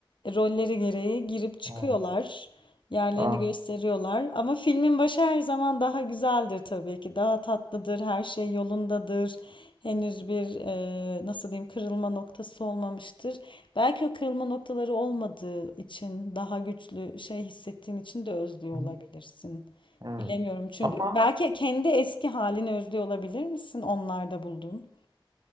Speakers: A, on the left; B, on the right.
A: rolleri gereği girip çıkıyorlar.
B: Evet.
A: Yerlerini
B: Ah.
A: gösteriyorlar. Ama filmin başı her zaman daha güzeldir tabii ki. Daha tatlıdır, her şey yolundadır. Henüz bir e, nasıl diyeyim kırılma noktası olmamıştır. Belki o kırılma noktaları olmadığı için daha güçlü şey hissettiğin için de özlüyor
B: Hı hı.
A: olabilirsin.
B: Evet.
A: Bilemiyorum çünkü
B: Ama
A: belki kendi eski halini özlüyor olabilir misin onlarda bulduğun?